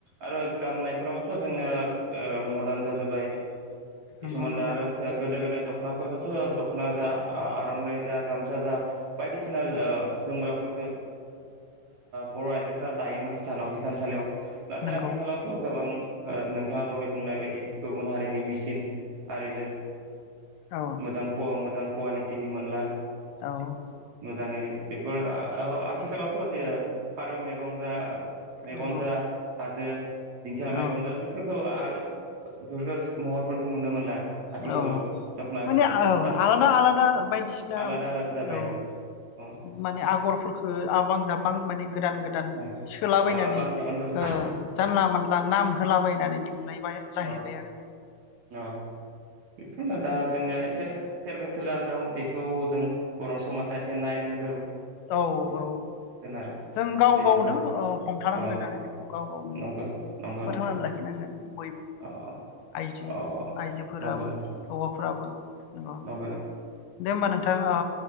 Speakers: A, on the right; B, on the left.
A: आरो गाननायफ्राबोथ' जोंनिया ओ मदार्न जाजोब्बाय
B: नंगौ
A: कसुमान
B: नंगौ
A: दा आरो सो गोदो गोदाय दख'नाफोरखौथ' दख'ना जा आर'नानाय जा गाम गामसाजा बायदिसिना जोमग्राफोरखौ बर' आइजोफोरा दायोमोन हिसानाव हिसानसालियाव नाथाय
B: नंगौ
A: आथिखालावथ' गोबां ओ नोंथाङा दहाय बुंनाय बायदि गुबुन हारिनि मेसिन आरिजो
B: औ
A: मोजां फव मोजां कवालिटिनि मोनला
B: औ
A: मोजाङै बेफोर आथिखालावथ' दे फारौ मैगं जा मेगन
B: नंगौ
A: जा हाजो दिंखिया
B: औ
A: मेगन जा बेफोरखौ आ बेफोरखौ महरफोरखौ नुनो मोनला आथिखालाव
B: औ
A: दख'नाफोराव
B: माने औ
A: गासै
B: आलादा आलादा बायदिसिना
A: आलादा आलादा जाबाय
B: औ
A: अ
B: माने आगरफोरखौ आबांजाब बां मानि गोदान गोदान
A: अ
B: सोलाबायनानै
A: अ बांजा बांजा जाजोब्बाय
B: ओ जानला मोनला नाम होला बायनानै दिहुननाय जाहैबाय
A: अ
B: आरो
A: अ। बेफोरनो दा जोंनिया एसे थेर बेथेर जानानै दं बेखौ जों बर' समाजा एसे नायनो।
B: औ औ
A: आरो
B: जों गाव
A: बेनोसै
B: गावनो ओ हमथानांगोन
A: अ
B: आरो बेखौ गाव गावनो
A: नंगौ नंगौ
B: फोथांनानै
A: नोंथां
B: लाखिनांगोन बय
A: अ
B: आइजो
A: अ
B: आइजोफोराबो
A: नंगौ नंगौ
B: हौवाफोराबो। नंगौ
A: <unintelligible> अ अ
B: दे होमबा नोंथां ओ